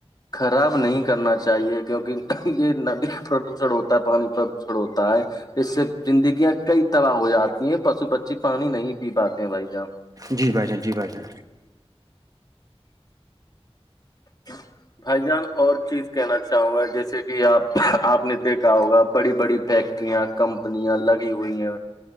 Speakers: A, on the left; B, on the right.
A: خراب نہیں کرنا چاہیے کیونکہ یہ ندی پردوشن ہوتا ہے پانی پردوشن ہوتا ہے اس سے زندگیاں کئی طرح ہو جاتی ہیں پشو بچی پانی نہیں پی پاتے ہیں بھائی جان
B: جی بھائی جان جی بھائی جان
A: ج <inaudible> بھائی جان اور چیز کہنا چاہوں گا جیسے کہ آپ آپ نے دیکھا ہوگا بڑی بڑی فیکٹریاں کمپنیاں لگی ہوئی ہیں